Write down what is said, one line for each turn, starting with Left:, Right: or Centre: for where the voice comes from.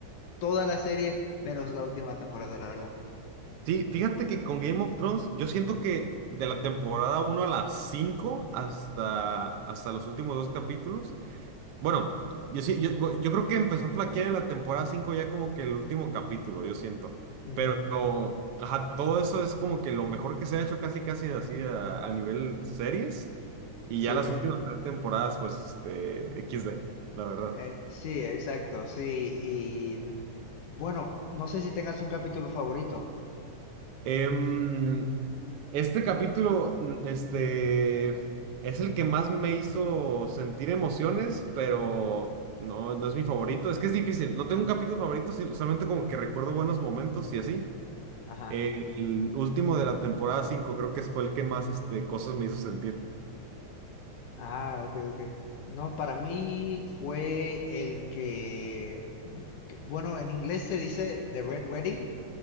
Left: toda la serie menos la última temporada, la verdad.
Right: Sí, fíjate que con Game of Thrones, yo siento que de la temporada uno a las 5 hasta, hasta los últimos dos capítulos, bueno, yo, sí- yo, yo creo que empezó a flaquear en la temporada 5 ya como que el último capítulo, yo siento.
Left: Ujú,
Right: Pero, ajá, todo eso es como que lo mejor que se ha hecho casi casi así a, a nivel series. Y
Left: Sí,
Right: ya las últimas tres temporadas, pues, este, equis de la verdad.
Left: eh, sí, exacto, sí. Y bueno, no sé si tengas un capítulo favorito.
Right: Em, este capítulo, mm, este, es el que más me hizo sentir emociones, pero no, no es mi favorito. Es que es difícil. No tengo un capítulo favorito, si- solamente como que recuerdo buenos momentos y así.
Left: Ajá.
Right: El último de la temporada 5, creo que fue el que más este, cosas me hizo sentir.
Left: Ah, ok, ok. No, para mí fue el que, que- bueno, en inglés se dice The Red Wedding,